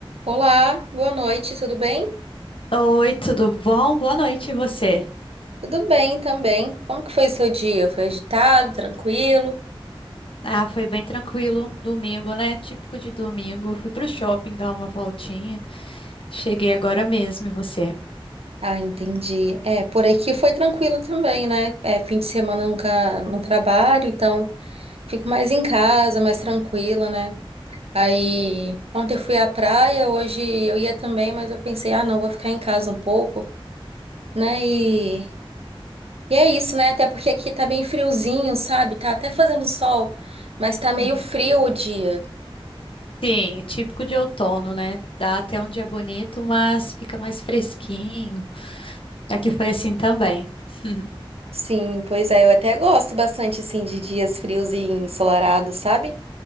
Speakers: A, on the right (about 85°); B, on the left (about 65°).
A: Olá, boa noite, tudo bem?
B: Oi, tudo bom? Boa noite, e você?
A: Tudo bem também. Como que foi o seu dia? Foi agitado, tranquilo?
B: Ah, foi bem tranquilo, domingo, né? Típico de domingo. Fui pro shopping dar uma voltinha. Cheguei agora mesmo, e você?
A: Ah, entendi. É, por aqui foi tranquilo também, né? É, fim de semana eu nunca não trabalho, então fico mais em casa, mais tranquila, né? Aí ontem eu fui à praia, hoje eu ia também, mas eu pensei, ah, não, vou ficar em casa um pouco, né? E, e é isso, né? Até porque aqui tá bem friozinho, sabe? Tá até fazendo sol, mas tá meio
B: Uhum.
A: frio o dia.
B: Sim, típico de outono, né? Dá até um dia bonito, mas fica mais fresquinho. Aqui foi assim também. <laughs>
A: Sim, pois é, eu até gosto bastante assim de dias frios e ensolarados, sabe?